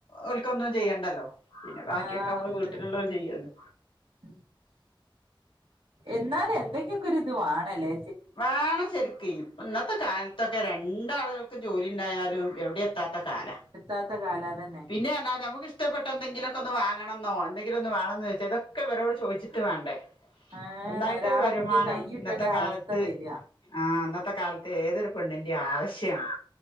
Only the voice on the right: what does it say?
ആഹ്
അതന്നെ
ഉം എന്നാലും എന്തെങ്കിലും ഒക്കെ ഒര്ത് വാണല്ലേ
എത്താത്ത കാലാ തന്നെ
ഏ
ഒരാളെ
മുന്നിൽ കൈയിട്ടേണ്ട
അവസ്ഥ വരിക